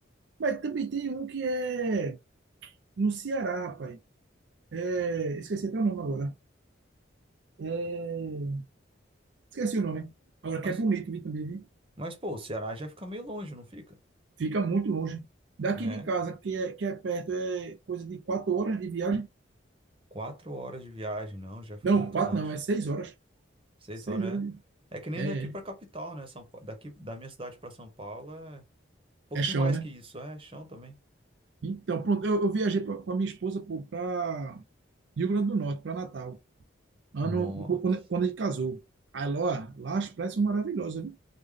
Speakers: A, on the right; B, on the right.
A: mas também tem um que é no Ceará, rapaz. É, esqueci até o nome agora. É, Esqueci o nome. Agora
B: Mas,
A: que é bonito, vi também, vi.
B: mas pô, o Ceará já fica meio longe, não fica?
A: Fica muito longe. Daqui
B: Né?
A: de casa, que é, que é perto, é coisa de quatro horas de viagem.
B: Quatro horas de viagem, não, já fica
A: Não,
B: muito
A: quatro
B: longe.
A: não, é seis horas.
B: Seis
A: Seis
B: horas
A: horas de...
B: é. É que nem
A: É,
B: daqui pra
A: é,
B: capital, né? São, Pa- daqui da minha cidade pra São Paulo é um pouquinho
A: é chão,
B: mais
A: né?
B: que isso, é chão também.
A: Então, pronto, eu, eu viajei pra- com a minha esposa para Rio Grande do Norte, para Natal, ano,
B: Nossa,
A: no- quando, quando a gente casou. Aí lá, lá as praias são maravilhosas, viu?